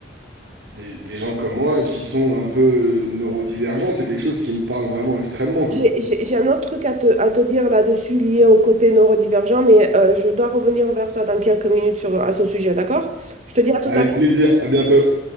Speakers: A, on the right; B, on the right.
A: des, des gens comme moi qui sont un peu euh, neurodivergents, c'est quelque chose qui me parle vraiment extrêmement quoi.
B: J'ai j'ai- j'ai un autre truc à te, à te dire là-dessus lié au côté neurodivergent, mais euh, je dois revenir vers toi dans quelques minutes sur, à ce sujet, d'accord? Je te dis à tout
A: Avec
B: à l'heure.
A: plaisir, à bientôt.